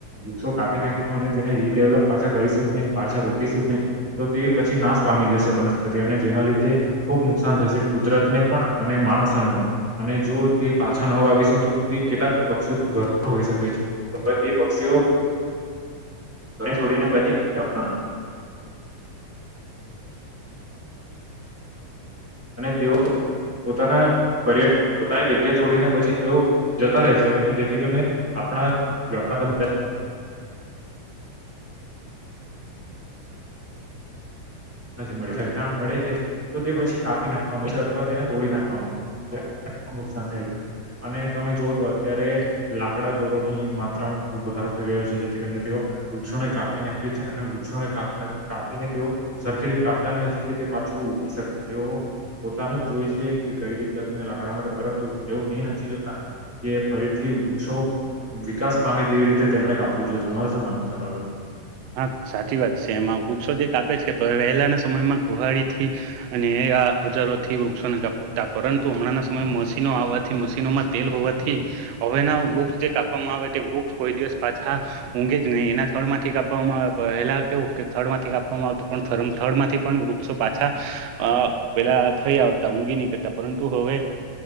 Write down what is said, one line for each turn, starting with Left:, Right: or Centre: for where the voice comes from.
Centre: વૃક્ષો કાપ નાખી દ અને તેને રીડેવલપ પાછા કરીશું જ નહી પાછા રોપીશું જ નહીં તો તે પછી નાશ પામી જશે વનસ્પતિ અને જેના લીધે ખુબ નુકસાન થશે કુદરત ને પણ અને માણસોને પણ અને જો તે પાછા ન વાવીશું તો તે કેટલાક પક્ષીઓ ઘર હોય તે પક્ષીઓ છોડીને પછી ક તે ઓફ પોતાના પર્ય પોતાની જગ્યા છોડીને પછી તેઓ જતા રહેશે અને જેથી કરીને આપણા ગામમાં નથી મળટા મળે છે તો તે પછી કાપી નાખવામાં મળ છે અથવા તેને તોડી નાખવામાં નુકસાન થાય જાય અને તમે જોવ તો અત્યારે લાકડા ચોરોની માત્રામાં વધારો થઈ રહ્યો છે જેથી કરીને તેઓ વૃક્ષોને કાપી નાખે છે અને વૃક્ષોને કાપ કાપીને તેઓ સરખી રીતે કાપતાી નથી કે તે પાછું ઉઊગી શકે તેઓ પોતાનું જોઈ છે કે કઈ રીતે તમને લ પરંતુ તેઓ એ નથી જોતા કે ફરીથી વૃક્ષો વિકાસ પામે તેવી રીતે તેમણે કા આપવું જોઈએ તમાર શું માનવ છેરાબર
Right: હા સાચી વાત છે એમાં વૃક્ષો જે કાપે છે વહેલાના સમયમાં કુહાડી થી અને ઓજારોથી વૃક્ષોને કાપતા પરંતુ હમણાં સમયે મશીનો આવવાથી મશીનોમાં તેલ હોવાથી હવેના વૃક્ષ જે કાપવામાં આવે તે વૃક્ષ કોઈ દિવસ પાછા ઊઘે જ નહીં એના થળ માંથી કાપ આવે પહેલા કેવું થર્ડ માંથી કાવામાં આવતું પણ થર્ડ માંથી પણ શું પાછા અ પેલા થઈ આવતા ઊંગી નીકળતા પરંતુ હવે